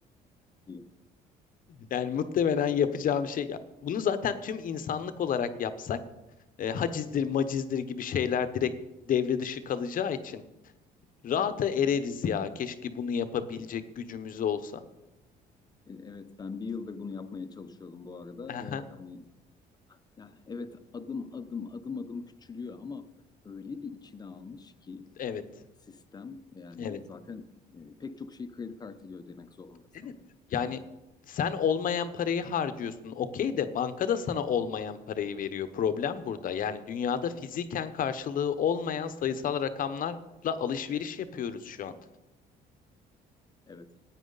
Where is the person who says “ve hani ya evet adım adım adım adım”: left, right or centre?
Left